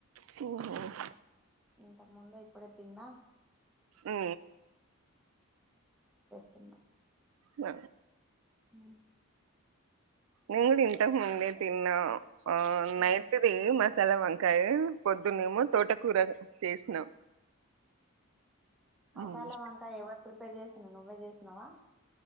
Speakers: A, on the right; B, in the centre.
A: హా హా
B: ఇంతకు ముందు ఇప్పుడే తిన్నా
A: అ
B: అర
A: ఉ
B: ఓ
A: నుేను కూడా ఇంతకు ముందే తిన్నా ఆ నైట్ది
B: ఉమ్.
A: మ తెల్ల వంకాయ పొద్దున్నేమో తోటకూర చేసినాం హ్మ్.
B: మసాలా వంకాయ ఎవరు ప్రిపేర్ చేసిన నువ్వే చేసినవా